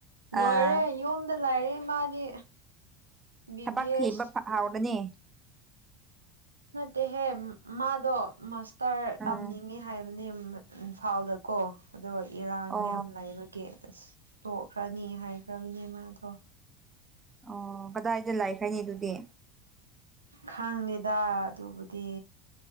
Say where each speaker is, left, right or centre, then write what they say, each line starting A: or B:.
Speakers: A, on the right; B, on the right.
A: ꯂꯣꯏꯔꯦ
B: ꯑꯥ
A: ꯌꯨꯝꯗ ꯂꯩꯔꯦ ꯃꯥꯗꯤ ꯕꯤ
B: ꯊꯕꯛ
A: ꯕꯤ
B: ꯊꯤꯕ
A: ꯑꯦꯁ
B: ꯐ ꯍꯥꯎꯕꯅꯤ
A: ꯅꯠꯇꯦꯍꯦ ꯃꯥꯗꯣ ꯃꯥꯁ ꯇꯔ
B: ꯎꯝ
A: ꯇꯝꯅꯤꯡꯉꯦ ꯍꯥꯏꯕꯅꯦ ꯏꯝꯐꯥꯜꯗꯀꯣ ꯑꯗꯣ ꯏꯔꯥꯡ
B: ꯑꯣ
A: ꯌꯥꯝ ꯂꯩꯕꯒꯤ ꯑꯁ ꯇꯣꯛꯈ꯭ꯔꯅꯤ ꯍꯥꯏꯈ꯭ꯔꯕꯅꯦ ꯃꯥꯗꯣ
B: ꯑꯣ ꯀꯗꯥꯏꯗ ꯂꯩꯈ꯭ꯔꯅꯤ ꯑꯗꯨꯗꯤ
A: ꯈꯡꯗꯦꯗꯥ ꯑꯗꯨꯕꯨꯗꯤ